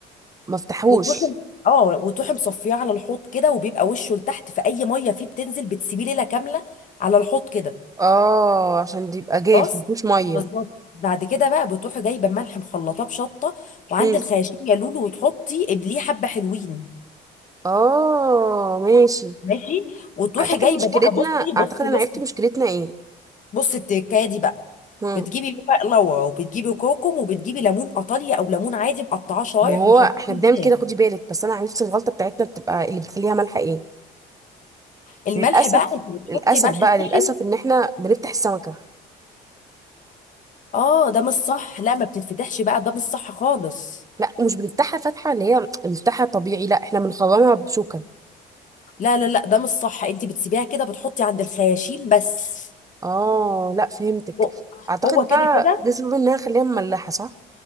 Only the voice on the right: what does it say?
ما افتحوش
اه عشان دي يبقى جاف
مفيهوش ميه
هم.
اه ماشي
اعتقد
مشكلتنا
اعتقد
انا
عرفت مشكلتنا ايه
هم.
ما هو
احنا بنعمل
كده خدي بالك بس انا عرفت الغلطه بتاعتنا بتبقى اللي بتخليها مالحه ايه
للاسف
للاسف
بقى
للاسف ان احنا بنفتح السمكه
لا مش بنفتحها فتحه اللي هي بنفتحها طبيعي لا احنا بنخرمها بشوكه
اه لا فهمتك
اعتقد
بقى
ده سبب انها خليها مملحه صح